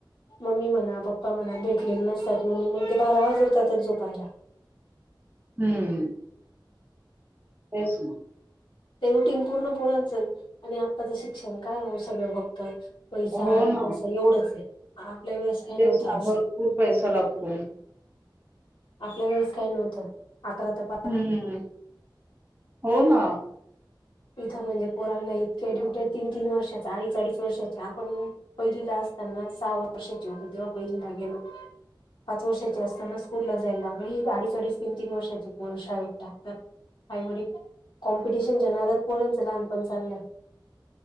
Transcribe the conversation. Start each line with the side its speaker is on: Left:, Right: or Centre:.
Left: मम्मी म्हणा, पप्पा म्हणा भेटलेले नसतात म्हणून मग ते बारा वाजवतातच झोपायला.
Right: हम्म. तेच ना.
Left: ते रुटीन पूर्ण पोरांच आणि आताच शिक्षण काय हो सगळं भ- पैसा
Right: हो
Left: आणि
Right: ना.
Left: पैसा एवढंच आहे. आपल्या वेळेस- काही नव्हतं
Right: तेच ना,
Left: असं
Right: भरपूर पैसा लागतो.
Left: आपल्या वेळेस काही नव्हतं. अकरा त-
Right: हम्म. हो ना.
Left: इथं म्हणजे पोरांना इतके ड्युट्या. तीन तीन वर्षाचे, अडीच अडीच वर्षाचे, आपण- पहिलीला असताना सहा वर्षाचे होतो तेव्हा पहिलीला गेलो. पाच वर्षाचे असताना स्कूल ला जायला लागलो. हे अडीच अडीच, तीन तीन वर्षाचे पोर शाळेत टाकतात. आईवडील. कॉम्पिटिशनच्या नादात पोरांचं लहानपण चाललंय.